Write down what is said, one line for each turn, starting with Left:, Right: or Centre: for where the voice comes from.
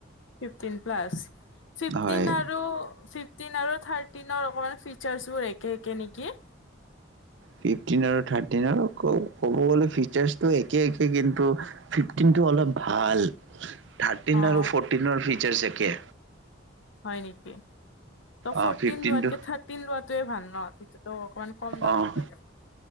Left: ফিফটিন প্লাচ, ফিফটিন
Right: হয়
Left: আৰু ফিফ ফিফটিন আৰু থাৰ্টিনৰ অকণমান ফিচাৰ্চবোৰ একে একে নেকি?
Right: ফিফটিন আৰু থাৰ্টিনৰ ক ক'ব গলে ফিচাৰছটো একে একে কিন্তু ফিফটিনটো অলপ ভাল। থাৰ্টিন
Left: অ'
Right: আৰু ফিফটিনৰ ফিচাৰছ একে।
Left: হয় নেকি? ত ফোৰ্টিন
Right: অ' ফিফটিনটো
Left: লোৱাতকে থাৰ্টিন লোৱাটোৱে ভাল ন। ত অকমান কম দামত
Right: অঁ
Left: হৈ যাব।